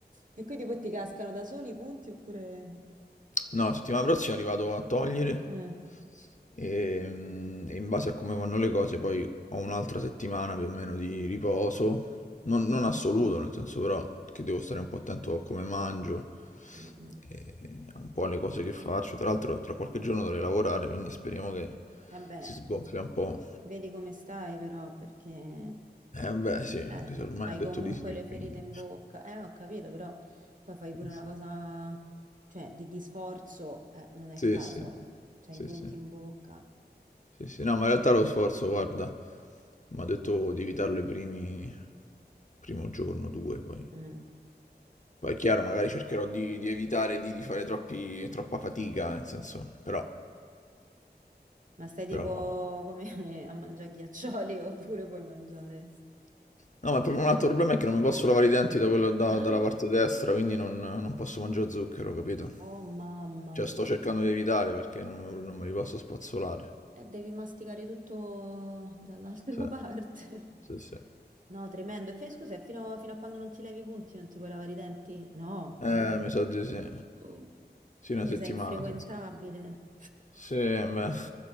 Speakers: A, on the right; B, on the left.
A: E quindi poi ti cascano da soli i punti oppure...
B: No, la settimana prossima li vado a togliere
A: Mm,
B: e, mm, e in base a come vanno le cose poi ho un'altra settimana più o meno di riposo, non, non
A: mm,
B: assoluto, nel senso però che devo stare un po' attento a come mangio,
A: mm, mm.
B: e a un po' alle cose che faccio. Tra l'altro tra qualche giorno dovrei lavorare, quindi speriamo che
A: Vabbè,
B: si sgonfia un po'.
A: vedi come stai però, perché
B: Eh beh sì, anche
A: eh,
B: se ormai
A: hai
B: ho detto
A: comunque
B: di sì,
A: le ferite
B: quindi...
A: in bocca. Eh, ho capito, però poi fai pure
B: <laughs>
A: una cosa, cioè, di, di sforzo, eh, non è
B: Sì,
A: il caso.
B: sì,
A: C'hai
B: sì,
A: i punti
B: sì.
A: in bocca.
B: Sì, sì, no, ma in realtà lo sforzo, guarda, mi ha detto di evitarlo i primi, primo giorno, due, poi.
A: Mm.
B: Poi è chiaro, magari cercherò di, di evitare di, di fare troppi, troppa fatica, nel senso, però,
A: Ma stai tipo
B: però...
A: come <laughs> a mangiare ghiaccioli oppure puoi mangiare?
B: No, ma proprio un altro problema è che non mi posso lavare i denti da quello- da-
A: <gasps>
B: dalla parte destra, quindi non, non posso mangiare zucchero, capito?
A: Oh mamma,
B: Cioè, sto cercando di evitare perché non, me- non me li posso spazzolare.
A: e devi masticare tutto dall'altra
B: Sì,
A: <laughs> parte.
B: sì, sì.
A: No, tremendo. E fai scusa, e fino, fino a quando non ti levi i punti non ti puoi lavare i denti? No,
B: Eh, mi sa di sì.
A: Oh.
B: Sì,
A: quindi
B: una settimana,
A: sei infrequentabile.
B: Sì, beh.